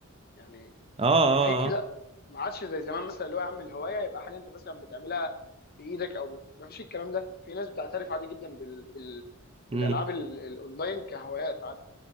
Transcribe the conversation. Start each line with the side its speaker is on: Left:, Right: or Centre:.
Left: يعني
Right: اه اه
Left: يعني في كده
Right: اه
Left: ما عادش زي زمان مثلا اللي هو يا عم الهوايه يبقى حاجه انت مثلا بتعملها بايدك او ب... ما فيش الكلام ده في ناس بتعترف عادي جدا بال... بال... بالالعاب
Right: مم.
Left: ال... الاونلاين كهوايات عادي